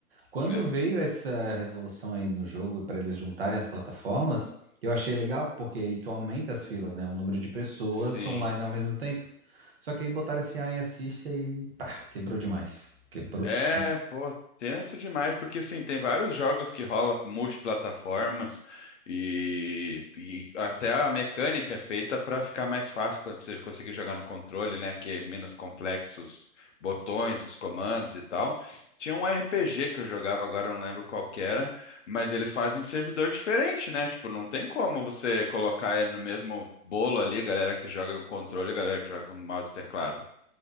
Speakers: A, on the right; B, on the left.
A: Quando
B: É.
A: veio essa revolução aí no jogo para eles juntarem as plataformas, eu achei legal, porque aí tu aumenta as filas, né? O número de pessoas
B: Sim.
A: online ao mesmo tempo. Só que aí botaram esse AI assiste e pá, quebrou demais. Quebrou.
B: É,
A: demais.
B: pô, tenso demais, porque assim, tem vários jogos que rola multiplataformas e, e até a mecânica é feita para ficar mais fácil quando você conseguir jogar no controle, né, que é menos complexos botões, os comandos e tal. Tinha um RPG que eu jogava agora, eu não lembro qual que era, mas eles fazem servidor diferente, né? Tipo, não tem como você colocar ele no mesmo bolo ali, galera que joga com controle, e galera que joga com mouse e teclado.